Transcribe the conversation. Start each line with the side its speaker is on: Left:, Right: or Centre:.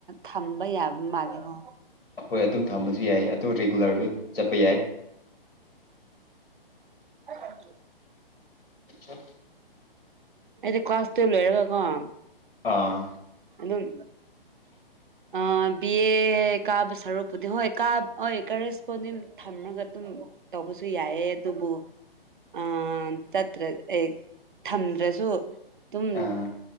Right: ꯊꯝꯕ ꯌꯥꯕ ꯃꯥꯜꯜꯂꯤꯀꯣ
Left: ꯍꯣꯏ ꯑꯗꯨꯝ ꯊꯝꯕꯁꯨ ꯌꯥꯏ ꯑꯗꯨ ꯔꯤꯒꯨꯂꯔꯁꯨ ꯆꯠꯄ ꯌꯥꯏ
Right: ꯎꯝ
Left: ꯑ
Right: ꯑꯗꯤ ꯀꯥꯁꯇꯦꯕ ꯂ ꯑꯣꯏꯔꯒ ꯀꯣ
Left: ꯑꯥ
Right: ꯑꯗꯨꯝ
Left: ꯎꯝ
Right: ꯑ ꯕꯤ ꯑꯦ ꯀꯥꯕ ꯁꯔꯛꯄꯨꯗꯤ ꯍꯣꯏ ꯀꯥ ꯍ ꯀꯔꯦꯁꯄꯣꯟꯗꯦꯟ ꯊꯝꯃꯒ ꯑꯗꯨꯝ ꯇꯧꯕꯁꯨ ꯌꯥꯏꯑꯦ ꯑꯗꯨꯕꯨ ꯑ ꯆꯠꯇ꯭ꯔ ꯑꯦ ꯊꯝꯗ꯭ꯔꯁꯨ ꯑꯗꯨꯝ
Left: ꯑꯥ